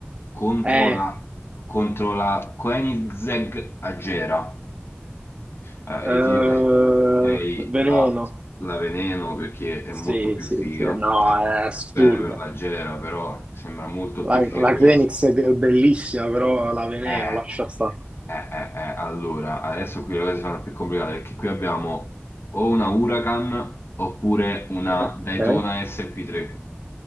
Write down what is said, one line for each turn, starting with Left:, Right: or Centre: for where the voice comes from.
Left: contro
Right: Eh,
Left: la, contro la Koenigsegg Agera. Eh,
Right: eh,
Left: io ti direi direi
Right: Veneno.
Left: la, la Veneno perché è
Right: Sì,
Left: molto più
Right: sì,
Left: figa.
Right: sì. No,
Left: Cioè,
Right: è assurda.
Left: bene per l'Agera, però sembra molto
Right: La,
Left: più figa
Right: la
Left: questa.
Right: Xenix è be- bellissima, però la Veneno,
Left: Eh,
Right: lascia stare.
Left: eh, eh, eh, allora, adesso qui le cose sono più complicate perché qui abbiamo o una Huracan oppure una
Right: Eh, Ok.
Left: Daytona SP3.